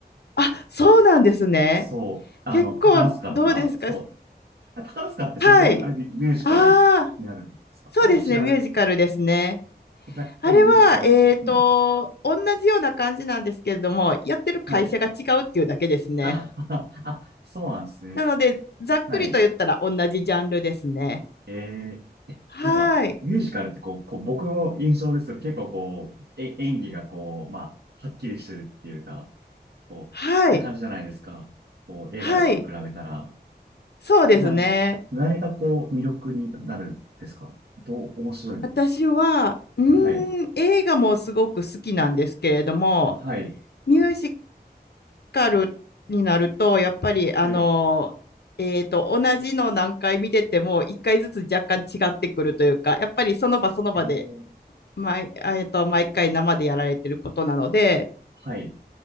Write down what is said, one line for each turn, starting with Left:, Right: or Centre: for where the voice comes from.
Left: あ、そうなんですね。
Right: そう。あの、
Left: 結構、
Right: 宝塚とか、
Left: どうですかは
Right: そう。あ宝塚ってそもそも、
Left: はい。
Right: あれミミュージカルになるんですかあれは違う。
Left: ああ、そうですね、ミュージカルですね。
Right: ざっくりミュージカルの、
Left: あれは、えっと、
Right: うん。
Left: 同じような感じなんですけれども、やってる会社が違うっていうだけですね。
Right: はい。あ、<laughs> あ、そうなんですね。
Left: なので、ざっくりと言ったら同じジャンルですね。
Right: はい。えー、えなんか、
Left: はい。
Right: ミュージカルってこう、こう僕の印象ですけど、結構こう、え、演技がこう、まあ、はっきりしてるっていうか、こう、
Left: はい。
Right: な感じじゃないですか。こう、映画とかと比べたら。
Left: はい。そうですね。
Right: あ、な、何がこう、魅力になるんですかどう、面白いんですか
Left: 私は、う
Right: はい。
Left: ーん、映画もすごく好きなんですけれども、
Right: はい。
Left: ミュージカルになると、やっぱり、あの、
Right: はい。
Left: えっと、同じの何回見てても、一回ずつ若干違ってくるというか、やっぱりその場その場で、
Right: えー、
Left: 毎、あえっと、毎回生でやられてることなので、
Right: はい。